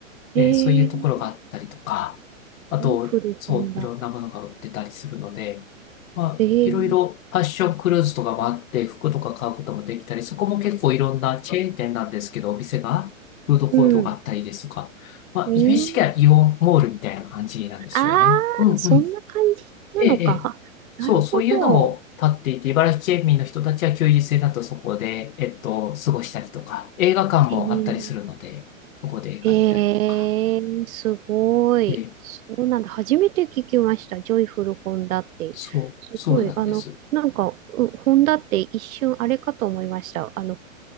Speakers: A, on the right; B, on the left.
A: えー、
B: で、そういうところがあったりとか、あと、
A: 古本だ。
B: そう、いろんなものが売ってたりするので、まあ、
A: えー、
B: いろいろファッションクルーズとかもあって、服とか買うこともできたり、そこも結構いろんなチェーン店なんですけど、お店が、フードコートがあったりですとか、
A: うん、
B: まあ、
A: うん。
B: イメージ的にはイオンモールみたいな感じなんですよね。
A: ああ、
B: うんうん。
A: そんな感じなのか。
B: ええ、ええ。
A: あなるほど。
B: そう、そういうのも立っていて、茨城県民の人たちは休日になるとそこで、えっと、過ごしたりとか、映画館もあったりするので、
A: えー、
B: そこで映画見たりとか。
A: えー、すごい。
B: ええ
A: そうなんだ。初めて聞きました。ジョイフル本田って。
B: そう、
A: すごい。
B: そうなんです。
A: あの、なんか、う本田って一瞬あれかと思いました。あの、く